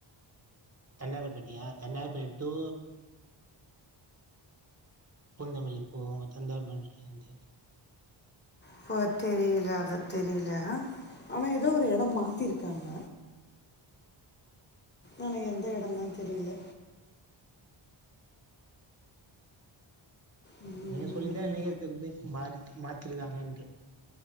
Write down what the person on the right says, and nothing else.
தண்டாரபேட்டையா தண்டாரப்பேட் டு பூந்தமல்லி போகு தண்டாரபாண்டிலந்து
நீங்க சொல்லிதா எனக்கே தெரிது மாறி மாத்திருக்காங்கன்ட்டு